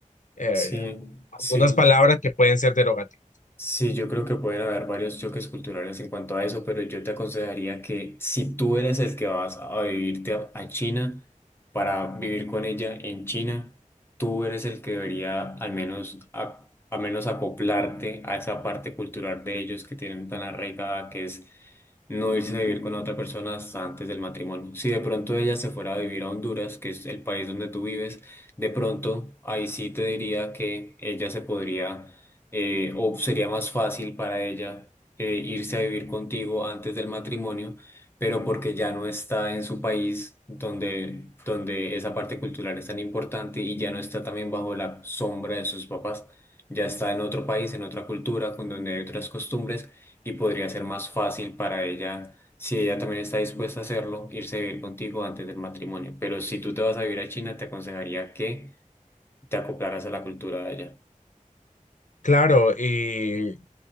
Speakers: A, on the left; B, on the left.
A: eh,
B: Sí,
A: algunas
B: sí.
A: palabras que pueden ser derogativas.
B: Sí, yo creo que pueden haber varios choques culturales en cuanto a eso, pero yo te aconsejaría que si tú eres el que vas a vivirte a, a China para vivir con ella en China, tú eres el que debería al menos, a- al menos acoplarte a esa parte cultural de ellos que tienen tan arraigada, que es no irse a vivir con otra persona hasta antes del matrimonio. Si de pronto ella se fuera a vivir a Honduras, que es el país donde tú vives, de pronto ahí sí te diría que ella se podría eh, o sería más fácil para ella eh, irse a vivir contigo antes del matrimonio, pero porque ya no está en su país donde, donde esa parte cultural es tan importante y ya no está también bajo la sombra de sus papás, ya está en otro país, en otra cultura, con donde hay otras costumbres y podría ser más fácil para ella. Si ella también está dispuesta a hacerlo, irse a vivir contigo antes del matrimonio. Pero si tú te vas a vivir a China, te aconsejaría que te acoplaras a la cultura de allá.
A: Claro, y